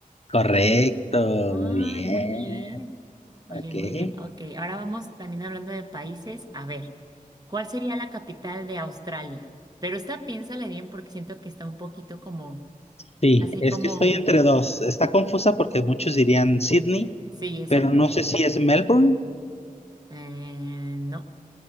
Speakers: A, on the left (about 45°); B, on the right (about 25°).
A: Correcto,
B: Ay,
A: muy bien.
B: muy bien. Oye,
A: Ok.
B: muy
A: Eh,
B: bien. Ok, ahora vamos también hablando de países. A ver, ¿cuál sería la capital de Australia? Pero esta piénsale bien porque siento que está un poquito como,
A: Sí,
B: así
A: es
B: como,
A: que estoy entre dos. Está confusa porque muchos dirían Sydney,
B: sí, exactamente.
A: pero no sé si es Melbourne.
B: Eh, no,